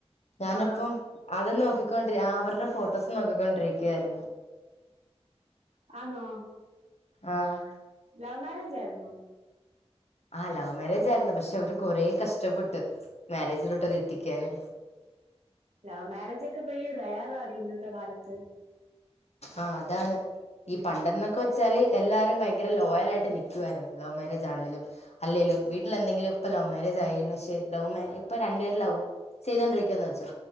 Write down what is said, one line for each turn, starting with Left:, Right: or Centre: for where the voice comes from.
Left: ഞാനപ്പം,
Right: ആ
Left: അതും നോക്കിക്കൊണ്ടി അവരുടെ ഫോട്ടോസ് നോക്കിക്കൊണ്ടിരിക്കുവായിരുന്നു.
Right: ആന്നോ.
Left: ആഹ്
Right: ലവ് മാരേജ് ആയിരുന്നോ?
Left: ആഹ് ലവ് മാരേജ് ആയിരുന്നു പക്ഷെ അവര് കൊറേ കഷ്ടപ്പെട്ട് മാരേജിലോട്ട് അത് എത്തിക്ക്യാന്.
Right: ലവ് മാരേജ് ഒക്കെ പ്പ ഈ റെയറാടി ഇന്നത്തെ കാലത്ത്.
Left: ആഹ് അതാണ്. ഈ പണ്ടെന്നൊക്കെ വെച്ചാല് എല്ലാരും ഭയങ്കര ലോയലായിട്ട് നിക്ക്യുവായിരുന്നു. Love marriage ആണെലും. അല്ലേലും. വീട്ടിലെന്തെങ്കിലും ഇപ്പ ലവ് മാരേജ് ആയിണ്, പക്ഷെ ലവ് മേ ഇപ്പൊ രണ്ട് പേരും ലവ് ചെയ്തോണ്ടിരിക്കുവാന്ന് വെച്ചോ.